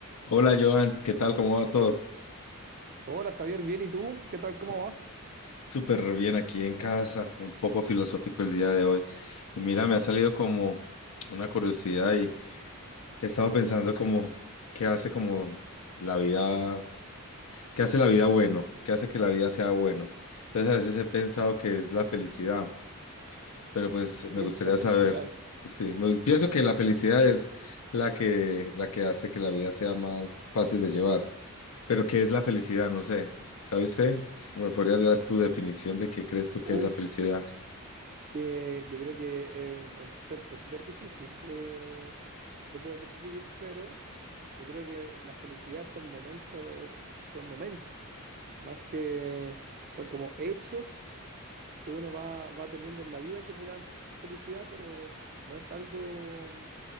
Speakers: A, on the left; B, on the right.
A: Hola Joan, ¿qué tal? ¿Cómo va todo?
B: Hola Javier, bien, ¿y tú? ¿Qué tal? ¿Cómo
A: Sus-
B: vas?
A: Súper bien aquí en casa, un poco filosófico el día de hoy. Y mira, me ha salido como una curiosidad y he estado pensando como qué hace como la vida, qué hace la vida bueno, qué hace que la vida sea bueno. Entonces a veces he pensado que es la felicidad, pero pues me
B: ¿Qué
A: gustaría
B: es la felicidad?
A: saber, sí, me- pienso que la felicidad es la que, la que hace que la vida sea más fácil de llevar. Pero ¿qué es la felicidad? No sé. ¿Sabe usted? ¿Me podría dar tu definición de qué crees tú
B: Uf,
A: que es la felicidad?
B: que yo creo que es un concepto súper difícil de, de poder describir, pero yo creo que la felicidad son momentos, son momentos, más que son como hechos que uno va, va teniendo en la vida que te dan felicidad, pero no es algo